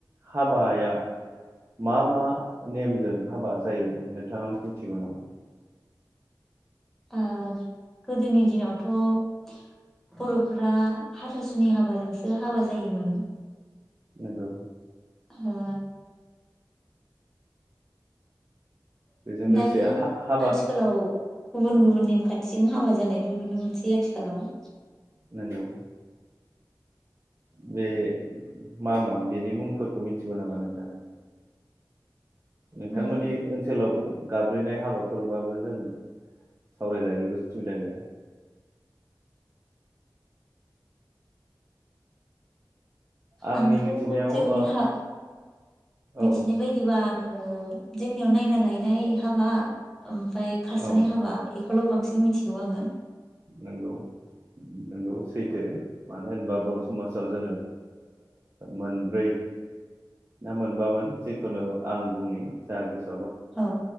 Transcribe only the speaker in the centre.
ओ गोदोनि दिनावथ बर' फोरा हाथासुनि हाबाजोंसो हाबा जायोमोन।
हो
दायो
आथिखालाव गुबुन गुबुन नेमखान्थिजों हाबा जानायबो नुनो मोनसै आथिखालाव।
ओ
आंथ'
जोंनि
हा
मिथिनाय बायदिबा आङो जोंनियाव नायना लायनाय हाबा ओमफ्राय खारस'नाय
हाबा खौल' बांसिन मिथिगौ आङो
औ